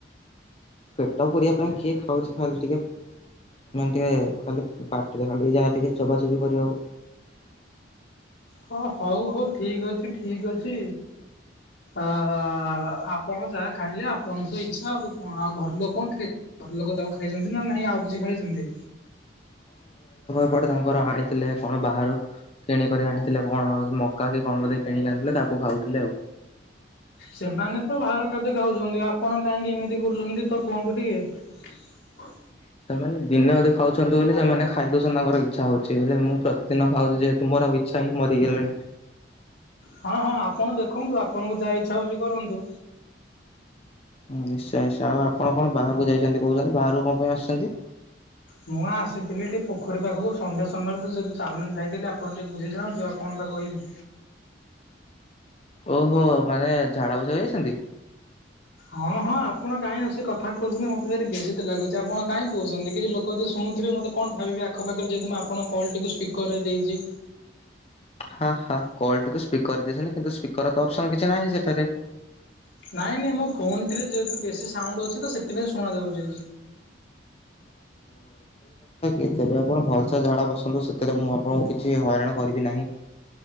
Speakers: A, on the left; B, on the left.
A: ଫେଟ ପୂରିବା ପାଇଁ କିଏ ଖାଉଛି କ ଇଲେ ଟିକେ। ସୋନେ ଟିକେ ଖାଲି ପାଟିରେ ଖାଲି ଯାହା ଟିକେ ଚୋବା ଚୋବି କରିବାକୁ।
B: ହଁ ହଉ ହଉ ଠିକ୍ ଅଛି ଠିକ୍ ଅଛି। ଅ ଆପଣ ଯାହା ଖାଇଲେ ଆପଣଙ୍କ ଇଛା ଆଉ। କଣ ଆଉ ଘର ଲୋକ କଣ ଖାଇ ଘର ଲୋକ ତାକୁ ଖାଇଛନ୍ତି ନା ନାଇଁ ଆଉ କିଛି ଖାଇଛନ୍ତି।
A: ସେପଟେ ତାଙ୍କର ଆଣିଥିଲେ କଣ ବାହାରୁ କିଣିକରି ଆଣିଥିଲେ କଣ ମକା କି କଣ ବୋଧେ। କିଣିକି ଆଣିଥିଲେ ତାକୁ ଖାଉଥିଲେ ଆଉ।
B: ସେମାନେ ତ ବାହାର ଖାଦ୍ୟ ଖାଉଛନ୍ତି। ଆପଣ କାହିଁକି ଏମିତି କରୁଛନ୍ତି ତ କୁହନ୍ତୁ ଟିକେ? ହଁ।
A: ସେମାନେ ଦିନେ ଅଧେ ଖାଉଛନ୍ତି ବୋଲି ସେମାନେ ଖାଇ ଦଉଛନ୍ତି ତାଙ୍କର ଇଛା ହଉଛି। ହେଲେ ମୁଁ ପ୍ରତିଦିନ ଖାଉଛି ଯେହେତୁ ମୋର ଇଚ୍ଛା ହିଁ ମରିଗଲାଣି।
B: ହଁ ହଁ ଆପଣ ଦେଖନ୍ତୁ ଆପଣଙ୍କୁ ଯାହା ଇଚ୍ଛା ହଉଛି କରନ୍ତୁ।
A: ନିଶ୍ଚୟ ନିଶ୍ଚୟ ଆଉ ଆପଣ କଣ ବାହାରକୁ ଯାଇଛନ୍ତି କହୁଛନ୍ତି? ବାହାରକୁ କଣ ପାଇଁ ଆସିଛନ୍ତି?
B: ମୁଁ ଆସିଥିଲି ଟିକେ ପୋଖରୀ ପାଖକୁ ସନ୍ଧ୍ୟା ସମୟରେ, ତୁ ଯଦି ଚାଉମିନ ଖାଇଥିଲି ଆପଣ ଟିକେ ବୁଝିଯାଆନ୍ତୁ ଆଉ କଣ? ବା କହିବି
A: ଓହୋ। ମାନେ ଝାଡା ବସିବାକୁ ଯାଇଛନ୍ତି?
B: ହଁ ହଁ। ଆପଣ କାହିଁ ଆ, ସେ କଥା କହୁଛନ୍ତି ମତେ ଭାରି ବେଜିିତି ଲାଗୁଛି। ଆପଣ କାହିଁ କହୁଛନ୍ତି। କି ଲୋକ ଯଦି ଶୁଥିବେ ମ ମୋତେ କଣ, ଭାବିବେ? ଆଖପାଖରେ ଯେହେତୁ ମୁଁ ଆପଣଙ୍କ କଲ୍ ଟିକୁ ସ୍ପିକରରେ ଦେଇଛି।
A: ହା, ହା। କଲ୍ ଟିକୁ ସ୍ପିକର ଦେଇଛନ୍ତି, କିନ୍ତୁ ସ୍ପିକର ତ ଅପସନ୍ କିଛି ନାହିଁ ସେଠାରେ।
B: ନାଇଁ ନାଇଁ। ମୋ ଫୋନ ଟିରେ, ଯେହେତୁ ବେଶୀ ସାଉଣ୍ଡ ଅଛି ତ, ସେଥିପାଇଁ ଶୁଣା ଯାଉଛି।
A: ଏତେ ବି ଆପଣ ଭଲସେ ଝାଡା ବସନ୍ତୁ। ସେଥିରେ ମୁଁ ଆପଣଙ୍କୁ କିଛି ହଇରାଣ କରିବି ନାହିଁ।